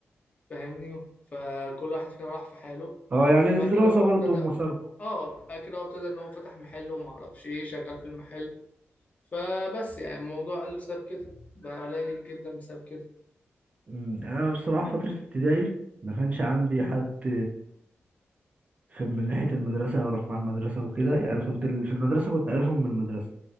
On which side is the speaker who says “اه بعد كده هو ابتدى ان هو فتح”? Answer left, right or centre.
Left